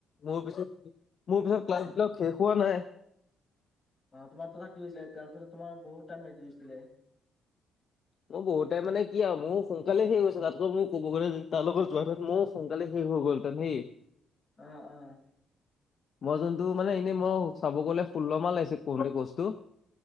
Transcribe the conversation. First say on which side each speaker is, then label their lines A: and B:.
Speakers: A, on the left; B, on the left.
A: মোৰ পিছত মোৰ পিছত ক্লাছ বিলাক শেষ হোৱা নাই।
B: অঁ তোমাৰতো থাকি গৈছিলে, তাৰ পিছত তোমাৰ বহুত টাইম লাগি গৈছিলে।
A: মোৰ বহুত টাইম মানে কি আৰু মোৰো সোনকালে শেষ হৈছে তাতকৈ মোৰ ক'ব গৈলে তাৰ লগত যোৱা ঠাইত মোৰ- সোনকালে শেষ হৈ গ'ল হেতেন সেই-
B: অঁ অঁ'
A: মই যোনটো মানে এনেই মই চাব গ'লে ষোল্ল মাহ লাগিছে কৰোংতে কোৰ্ছটো।